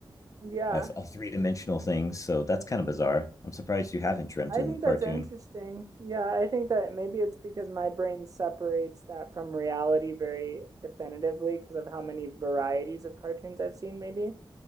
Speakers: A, on the right; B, on the left.
A: yeah.
B: a, a three dimensional thing. So that's kind of bizarre. I'm surprised you haven't dreamt
A: I
B: in
A: think that's
B: cartoon.
A: interesting. Yeah, I think that maybe it's because my brain separates that from reality very definitively because of how many varieties of cartoons I've seen, maybe